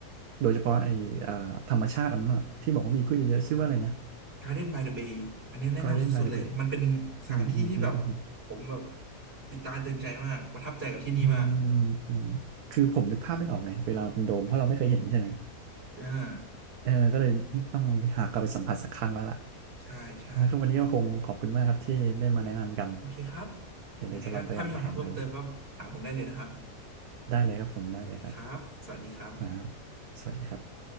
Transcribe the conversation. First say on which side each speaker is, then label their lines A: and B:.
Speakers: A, on the right (about 70°); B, on the right (about 35°).
A: โดยเฉพาะไอ้อ่าธรรมชาติอันนั้นน่ะที่บอกว่ามีพืชเยอะๆชื่อว่าอะไรนะ
B: Garden by the Bay อันเนี้ยแนะนำสุดๆเลยมันเป็นสถานที่ที่แบบ
A: Garden by the Bay อืมอืมอืมอืมอืม
B: ผมแบบติดตาตึงใจมากประทับใจกับที่นี่มาก
A: อืมอืมคือผมนึกภาพไม่ออกไงเวลาเราเป็นโดมเพราะเราไม่เคยเห็นใช่ไหม
B: อ่า
A: เออก็เลยต้องหากลับไปสัมผัสสักครั้งแล้วล่ะ
B: ใช่ใช่
A: แล้วก็วันนี้ก็คงขอบคุณมากครับที่ได้มาแนะนำกัน
B: โอเคครับ
A: เดี๋ยวเดี๋ยวจะลองไปวางแผนดู
B: ยังไงก็ถ้ามีคำถามเพิ่มเติมก็ถามผมได้เลยนะครับ
A: ได้เลยครับผมได้เลยครับ
B: โอเคครับสวัสดีครับ
A: ครับสวัสดีครับ